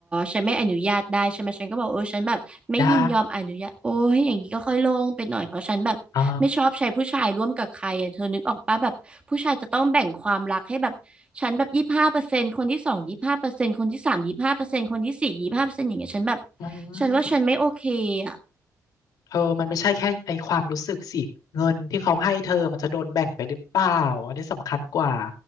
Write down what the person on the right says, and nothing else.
ฉันไม่อนุญาตได้ใช่ไหมฉันก็บอกเออฉันแบบไม่ยินยอมอนุญาตโอ้ยอย่างนี้ก็ค่อยลงไปหน่อยเพราะฉันแบบไม่ชอบใช้ผู้ชายร่วมกับใครอ่ะเธอนึกออกปะแบบผู้ชายจะต้องแบ่งความรักให้แบบฉันแบบยี่สิบห้าเปอร์เซ็นต์คนที่สองยี่สิบห้าเปอร์เซ็นต์คนที่สามยี่สิบห้าเปอร์เซ็นต์คนที่สี่ยี่สิบห้าเปอร์เซ็นต์อย่างเงี้ยฉันแบบ
ฉันว่าฉันไม่โอเคอ่ะ